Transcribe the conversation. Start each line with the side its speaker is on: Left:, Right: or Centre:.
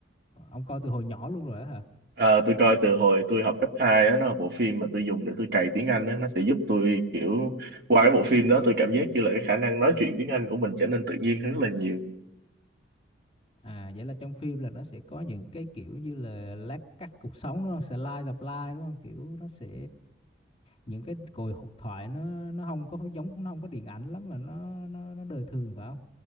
Left: ông coi từ hồi nhỏ luôn rồi á hả?
Right: Ờ, tôi coi từ hồi tôi học cấp 2 á, nó là bộ phim mà tôi dùng để tôi cày tiếng Anh á, nó sẽ giúp tôi kiểu qua cái bộ phim đó tôi cảm giác như là cái khả năng nói chuyện tiếng Anh của mình trở nên tự nhiên hơn rất là nhiều.
Left: À vậy là trong phim là nó sẽ có những cái kiểu như là lát cắt cuộc sống đúng không? Slice of life đúng không? Kiểu nó sẽ những cái cuộc hội thoại nó nó không có giống nó không có điện ảnh lắm mà nó nó nó đời thường phải không?